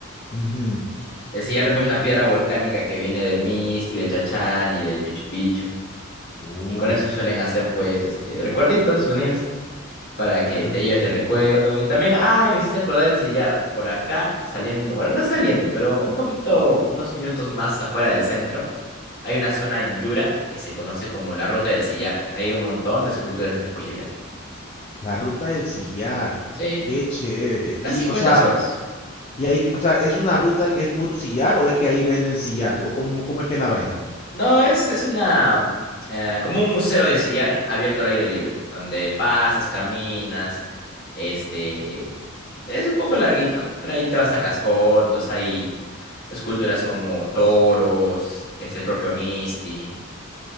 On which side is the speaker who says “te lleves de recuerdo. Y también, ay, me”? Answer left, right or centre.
Left